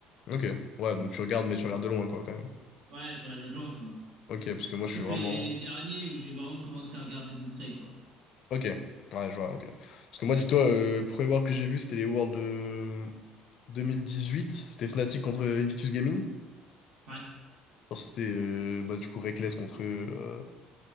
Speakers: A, on the left (about 60°); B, on the right (about 75°).
A: Ok, ouais, donc tu regardes, mais tu regardes de loin, quoi, quand même.
B: Ouais, je regardais de loin, quoi.
A: Ok, parce que moi,
B: Sauf
A: je suis vraiment.
B: les derniers où j'ai vraiment commencé à regarder de près, quoi.
A: Ok, ouais, je vois, ok. Parce que moi, dis-toi, euh, le premier World que j'ai vu, c'était les Worlds de deux mille dix-huit C'était Fnatic contre Invictus Gaming.
B: Ouais.
A: Alors, C'était, euh, bah, du coup, Reckless contre. euh,